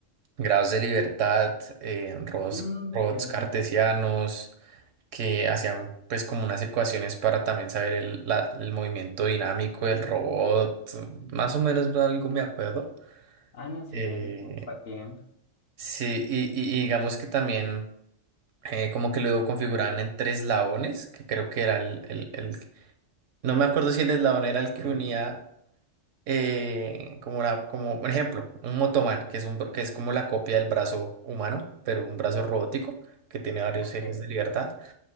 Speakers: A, on the right (about 75°); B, on the left (about 55°).
A: grados de libertad, eh, robots,
B: Mm,
A: robots
B: sí, sí,
A: cartesianos,
B: sí.
A: que hacían pues como unas ecuaciones para también saber el, la- el movimiento dinámico del robot, más o menos algo me acuerdo.
B: Ah, no, sí,
A: Eh,
B: dale, va bien.
A: sí, y, y y digamos que también... eh, como que lo configuraban en tres eslabones, que creo que era el, el- el- No me acuerdo si el eslabón era el que unía, eh, como la, como, por ejemplo, un motoman, que es un, br- que es como la copia del brazo humano, pero un brazo robótico, que tiene varios
B: Ok.
A: ejes de libertad,